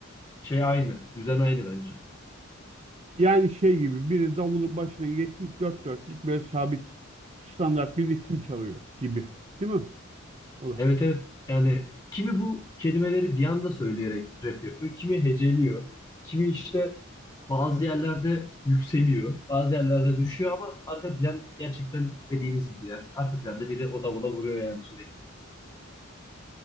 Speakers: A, on the left; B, on the right.
A: Şey aynı, düzen aynı bence.
B: Yani şey gibi biri davulun başına geçmiş dört dörtlük böyle sabit standart bir ritim çalıyor gibi. Değil mi? Olay.
A: Evet evet yani kimi bu kelimeleri bir anda söyleyerek rap yapıyor, kimi heceliyor, kimi işte bazı yerlerde yükseliyor, bazı yerlerde düşüyor ama arka plan gerçekten dediğimiz gibi ya. Arka planda biri o davula vuruyor yani sürekli.